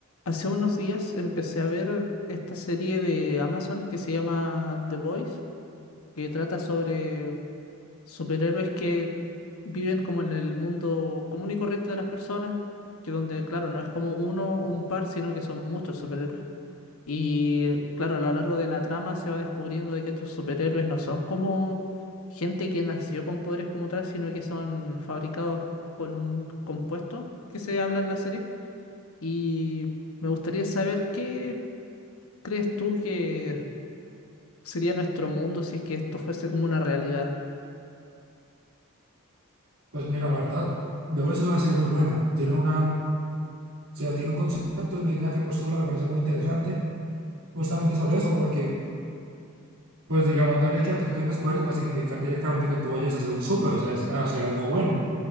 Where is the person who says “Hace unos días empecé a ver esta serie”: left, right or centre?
Left